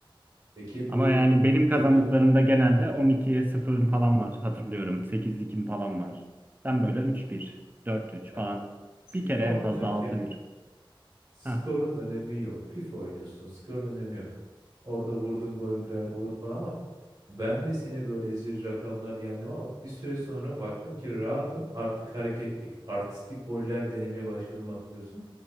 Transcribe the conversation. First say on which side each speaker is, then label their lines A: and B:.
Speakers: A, on the right (about 50°); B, on the right (about 20°).
A: Peki
B: Ama
A: bu
B: yani benim kazandıklarımda
A: 30
B: genelde 12'ye 0 falan var hatırlıyorum. sekiz 2 falan var. Sen böyle üç bir dört üç
A: bak
B: falan.
A: FIFA
B: Bir kere en
A: oynarken
B: fazla altı bir.
A: skorun
B: Ha.
A: önemi yok. FIFA oynuyorsun skorun önemi yok. Orada vurdun gol girer olur falan ama ben de seni böyle zir rakamlar yendim ama bir süre sonra baktım ki rahatım artık hareketlik artistik goller denemeye başladım hatırlıyorsun.